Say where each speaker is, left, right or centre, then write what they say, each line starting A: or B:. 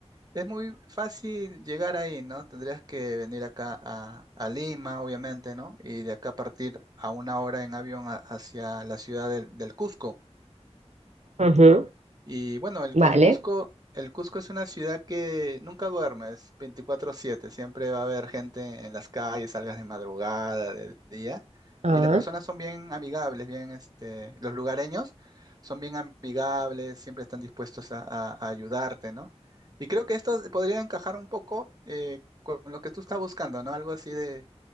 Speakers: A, on the right; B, on the right.
A: es muy fácil llegar ahí, ¿no? Tendrías que venir acá a, a Lima, obviamente, ¿no? Y de acá partir a una hora en avión a- hacia la ciudad del, del Cusco,
B: ujú,
A: y bueno, el,
B: Vale.
A: el Cusco, el Cusco es una ciudad que nunca duermes, 24/7, siempre va a haber gente en las calles, salgas de madrugada, de día,
B: ah,
A: y las personas son bien amigables, bien, este, los lugareños son bien amigables, siempre están dispuestos a, a- a ayudarte, ¿no? Y creo que esto podría encajar un poco eh, con lo que tú estás buscando, ¿no? Algo así de,